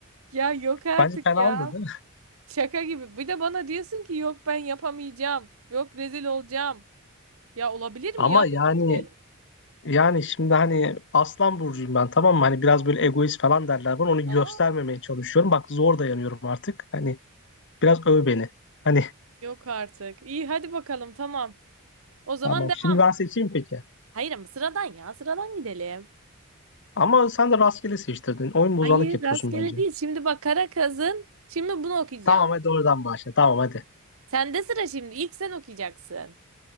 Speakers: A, on the right; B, on the left.
A: Ya yok artık
B: Bence fena
A: ya.
B: oldu. değil mi?
A: Şaka gibi. Bir de bana diyorsun ki yok ben yapamayacağım. Yok rezil olacağım. Ya olabilir
B: Ama
A: mi ya
B: yani
A: böyle bir şey?
B: Yani şimdi hani aslan burcuyum ben tamam mı? Hani biraz böyle egoist falan derler bana. Onu
A: Aa,
B: göstermemeye çalışıyorum. Bak zor dayanıyorum artık. Hani biraz öv beni. Hani
A: yok artık. İyi hadi bakalım tamam. O zaman
B: tamam.
A: devam.
B: Şimdi ben seçeyim peki.
A: Hayır ama sıradan ya sıradan gidelim.
B: Ama sen de rastgele seçtirdin. Oyun bozanlık
A: Hayır
B: yapıyorsun
A: rastgele
B: bence.
A: değil. Şimdi bak Karakaz'ın şimdi bunu okuyacaksın.
B: Tamam hadi oradan başla. Tamam hadi.
A: Sende sıra şimdi. İlk sen okuyacaksın.